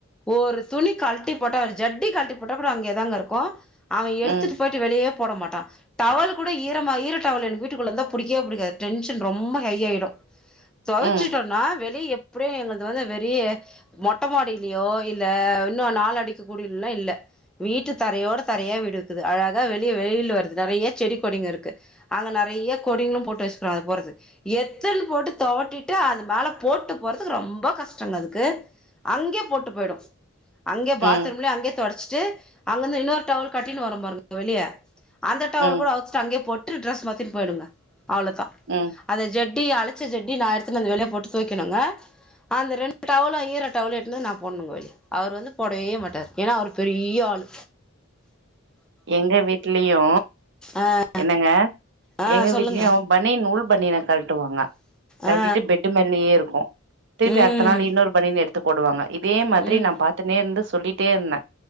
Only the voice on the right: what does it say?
ம்
ம்
ம்
ம்
ம்
எங்க வீட்லயு
என்னங்க
எங்க
வீட்லயு பனினு ஃபுள் பனினாக் கழட்டுவாங்க கழ்டிட்டு
பெட்டு் மேல்லயே இருக்கு திருப்பி
அடுத்த நாள் இன்னொரு பணின எடுத் த்து போடுவாங்க இப் இதே மாதிரி
நா பாத்துனே இருந்தஸ் சொல்லிட்டே இருந்த